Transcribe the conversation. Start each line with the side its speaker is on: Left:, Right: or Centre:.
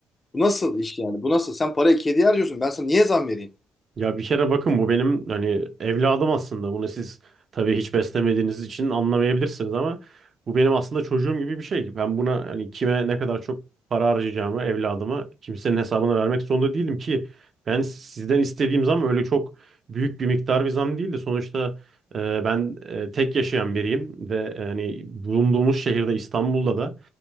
Left: Bu nasıl iş yani? Bu nasıl? Sen parayı kediye harcıyorsun. Ben sana niye zam vereyim?
Right: Ya bir kere bakın bu benim hani evladım aslında. Bunu siz tabii hiç beslemediğiniz için anlamayabilirsiniz ama bu benim aslında çocuğum gibi bir şey. Ben buna hani kime ne kadar çok para harcayacağımı evladıma kimsenin hesabına vermek zorunda değilim ki. Ben sizden istediğim zam öyle çok büyük bir miktar bir zam değildi. Sonuçta e, ben e, tek yaşayan biriyim ve hani bulunduğumuz şehirde İstanbul'da da